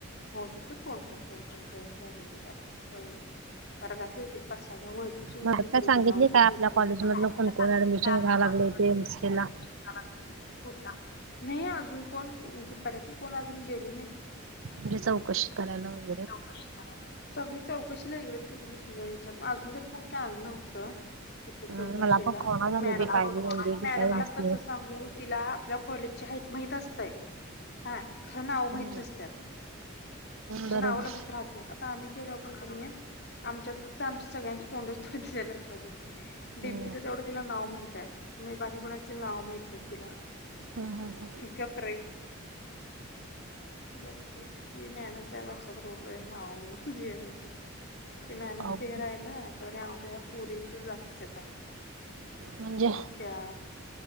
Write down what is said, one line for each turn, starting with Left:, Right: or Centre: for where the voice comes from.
Left: होती ती कोण कोण कोणत जॉईन झालेले त्याला वर्गातली होती पाच सहाजण ओळखीचा शेवटी
Right: मला काय
Left: थोडी
Right: सांगितले
Left: भिनावळ किची
Right: काय आपल्या
Left: होती
Right: कॉलेज
Left: मग
Right: मधलं
Left: मॅडम
Right: कोण
Left: ला सांगितली
Right: कोण ऍडमिशन
Left: का आपल्या
Right: घ्यायला
Left: कॉलेज
Right: लागले
Left: ला
Right: ते एमसीए ला
Left: आडमीशन नोको होनार नाही अजून कोण म्हणजे बऱ्यापैकी कोण अजून गेले नाहीत
Right: म्हणजे चौकशी करायला वय
Left: चौकशी करायला सगळी चौकशीला इकडे तिकडे ग ह्याच्यात अजून तर कोण काय आलं नव्हतं इथ
Right: हम्म
Left: चौकशीला
Right: मला पण कोणा
Left: कारण
Right: झाले
Left: मॅडमला
Right: बी काळजी एम बी
Left: मॅडमला
Right: काय एमबीए घेता एमसीए
Left: कसं सांगू तिला आपल्या कॉलेजच्या हायत माहिती असतंय काय खरं नाव माहीत
Right: हम्म
Left: नसतं. त्या
Right: बरोबर
Left: नाव लक्षात राहात आता आम्ही गेलो आपण कि आहे आमच्यात फक्त आमच्या सगळ्यांची तोंडच त्याच्या लक्षात होती. डिपीचं
Right: हम्म
Left: तेवढं तिला नाव माहित आहे मे बाकी कोण असतील नाव माहित नाही तिला
Right: हम्म हम्म हम्म
Left: गप्प रे बघ कि ती मॅडमच्या लक्षात राहु शपर्यंत नाव जियार यायचं. ते मॅडमच
Right: अवघड
Left: हे राहिलं तर आमच्या या पुरींचं जातीचं काय
Right: म्हणजे
Left: त्या